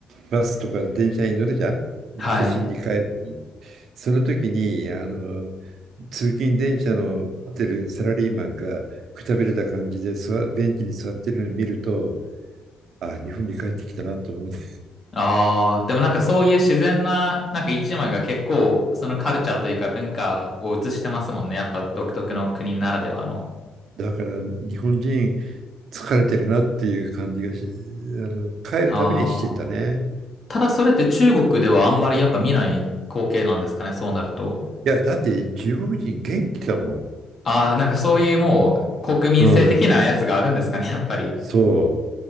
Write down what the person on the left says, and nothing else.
はい。
ああ、でもなんかそういう自然な、なんか一枚が結構そのカルチャーというか文化を映してますもんね。やっぱ独特の国ならではの。
ああ。ただそれって中国ではあんまりやっぱ見ない光景なんですかね、そうなると。
ああ、なんかそういうもう国民性的なやつがあるんですかね、
<laughs> やっぱり。